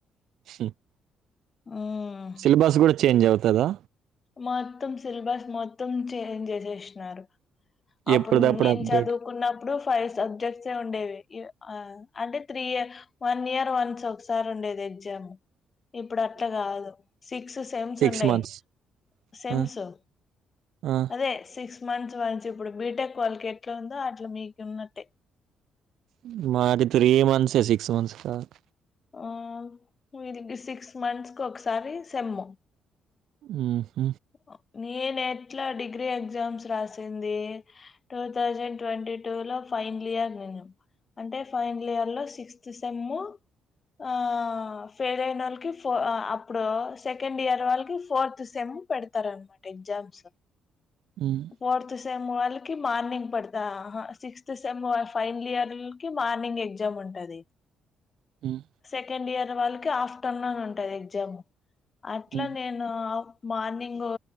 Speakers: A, on the right; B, on the left.
A: సుహామ్
B: ఉహుహ్
A: సిలబస్ గూడా చేంజ్ అవుతదా
B: మొత్తం సిలబస్ మొత్తం చేంజ్ జేశిన్నారు. అప్పుడుమ్
A: ఎప్పుడుదప్పుడు
B: నీన్
A: అప్డేట్
B: చదువుకున్నప్ అప్పుడు ఫైవ్ సబ్జెక్ట్స్ ఉండేవి ఇవ్ ఆ అంటే త్రీ ఇ వన్ ఇయర్ వన్స్ ఒకసారి ఉండేది ఎగ్జాము. ఇప్పుడు అట్లా గాదు సిక్స్ సేమ్స్
A: సిక్స్
B: ఉన్నాయ్.
A: మంత్స్
B: సేమ్సు
A: ఆ, ఆ,
B: అదే సిక్స్ మంచి మంచి ఇప్పుడు బీటెక్ వాళ్ళకి ఎట్లా ఉందో అట్లా మీకు ఉన్నట్టే.
A: ఉహ్ మాది త్రీ మంత్స్ ఏ సిక్స్ మంత్స్ కాద్
B: ఆ వీధిక్ సిక్స్ మంత్స్కి ఒకసారి సేము.
A: ఉహుహ్
B: హో నేను ఎట్లా డిగ్రీ ఎగ్జామ్స్ రాసింది. టూ తౌజండ్ ట్వంటీ టూ లో ఫైనల్ ఇయర్ నీను. అంటే ఫైనల్ ఇయర్లో సిక్స్త్ సెమ్ ఆ ఫెయిల్ అయిన వోళ్ళకి ఫ అప్పుడు సెకండ్ ఇయర్ వోళ్ళకి ఫోర్త్ సెమ్ పెడతారన్నమాట ఎగ్జామ్స్
A: హ్మ్
B: ఫోర్త్ సెమ్ వోళ్ళకి మార్నింగ్ పడద సిక్స్త్ సెమ్ వాల్ ఫైనల్ ఇయరు కి మార్నింగ్ ఎగ్జామ్ ఉంటది
A: హ్మ్
B: సెకండ్ ఇయర్ వాళ్ళకి ఆఫ్టర్నూన్ ఉంటది ఎగ్జామ్ అట్లా
A: ఉమ్,
B: నేను మార్నింగు